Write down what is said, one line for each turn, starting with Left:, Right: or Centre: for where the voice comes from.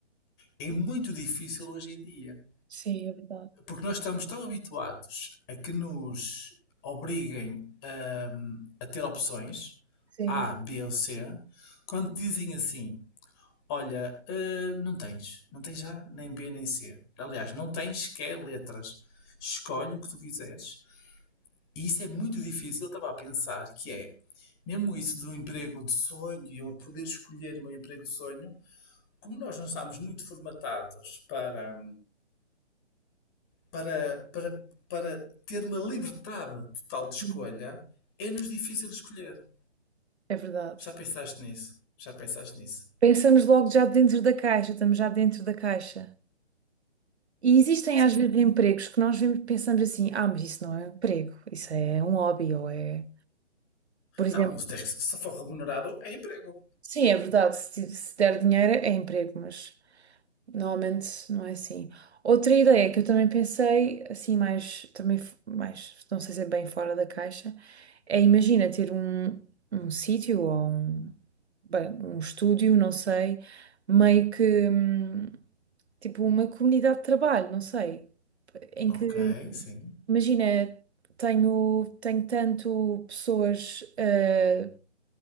Left: é muito difícil hoje em dia.
Right: sim, é verdade.
Left: Porque nós estamos tão habituados a que nos obriguem a, a ter opções
Right: Sim,
Left: A, B ou C, quando dizem assim, Olha, eh, não tens. Não tens A, nem B, nem C. Aliás, não tens sequer letras. Escolhe o que tu quiseres. E isso é muito difícil. Eu estava a pensar que é, mesmo isso de um emprego de sonho e eu poder escolher o meu emprego de sonho, como nós não estamos muito formatados para, para, para, para ter uma liberdade total de escolha,
Right: sim,
Left: é-nos difícil escolher.
Right: é verdade.
Left: Já pensaste nisso? Já pensaste nisso?
Right: Pensamos logo já dentro da caixa, estamos já dentro da caixa. E existem
Left: Sim.
Right: às vezes empregos que nós vemos, pensamos assim, ah, mas isso não é um emprego, isso é um hobby, ou é, por exemplo,
Left: Não, se tens- se for remunerado, é emprego.
Right: Sim, é verdade. Se, ti- se der dinheiro é emprego, mas normalmente não é assim. Outra ideia que eu também pensei, assim, mais, também f- mais, não sei se é bem fora da caixa, é imagina ter um, um sítio ou um, bem, um estúdio, não sei, meio que hum, tipo uma comunidade de trabalho, não sei, em que
Left: Ok, sim,
Right: imagina, tenho, tenho tanto pessoas. eh,